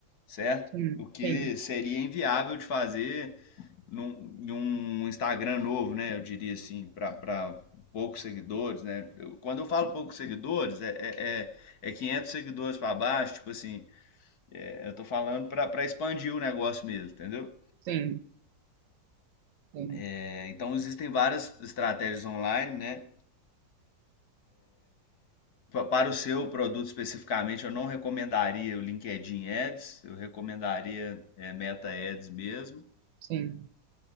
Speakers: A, on the left; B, on the right.
A: certo?
B: sim,
A: O que
B: sim,
A: seria inviável de fazer num, num Instagram novo, né? Eu diria assim, para poucos seguidores, né? Eu, quando eu falo poucos seguidores, é, é, é 500 seguidores para baixo, tipo assim, é, eu tô falando para expandir o negócio mesmo, entendeu?
B: sim, sim,
A: É, então existem várias estratégias online, né? Para o seu produto especificamente, eu não recomendaria o LinkedIn Ads, eu recomendaria é, Meta Ads mesmo.
B: sim.